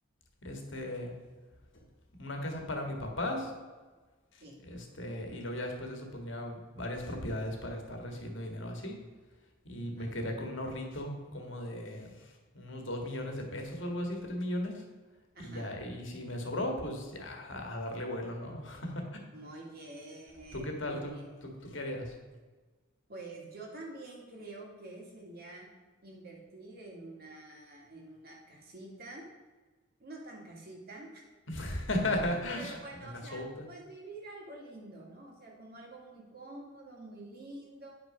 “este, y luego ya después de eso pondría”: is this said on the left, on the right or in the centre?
Left